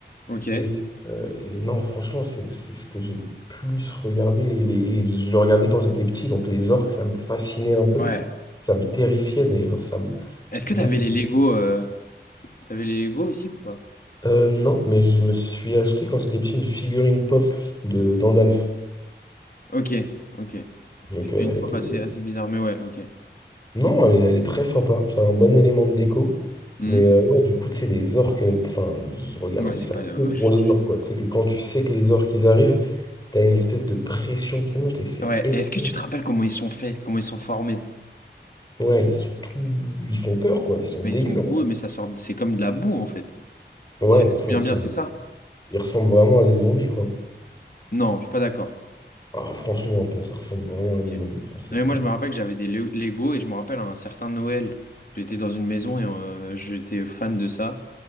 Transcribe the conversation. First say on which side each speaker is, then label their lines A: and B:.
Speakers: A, on the left; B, on the left.
A: ok.
B: Et, euh, et non, franchement, c'est c'est ce que j'ai le plus regardé. Et, les, et je le regardais quand j'étais petit, donc les orques, ça me fascinait un peu.
A: Ouais.
B: Ça me terrifiait, mais genre, ça me.
A: Est-ce
B: dès
A: que t'avais
B: que-
A: les Lego, euh, t'avais les Lego aussi ou pas?
B: Euh, non, mais je me suis acheté quand j'étais petit une figurine pop de d'Andalf.
A: Ok, ok.
B: Donc,
A: Fait
B: euh,
A: qu'une
B: elle était.
A: fois passé, assez bizarre, mais ouais, ok.
B: Non, elle est, elle est très sympa. C'est un bon élément de déco.
A: Hmm.
B: Mais euh, ouais, du coup, tu sais, les orques, euh, enfin, je regardais
A: Ouais, c'est
B: ça
A: pas, ouais,
B: que pour
A: je-
B: les orques, quoi. Tu sais que quand tu sais que les orques, ils arrivent, t'as une espèce de pression qui monte et c'est
A: ouais.
B: excellent.
A: Est-ce que tu te rappelles comment ils sont faits, comment ils sont formés?
B: Ouais, ils sont tout... ils font peur, quoi. Ils sont
A: Mais
B: dégueux,
A: ils sont boueux,
B: en vrai.
A: mais ça sort, c'est comme de la boue en fait.
B: Ouais,
A: Si je me
B: enfin,
A: souviens
B: ils sont...
A: bien, c'est ça?
B: ils ressemblent vraiment à des zombies, quoi.
A: Non, je suis pas d'accord.
B: Ah, franchement, un peu, ça ressemble vraiment à
A: Ok.
B: des zombies. Enfin, c'est...
A: Non, mais moi je me rappelle que j'avais des Le- Lego et je me rappelle un certain Noël. J'étais dans une maison et euh, j'étais fan de ça.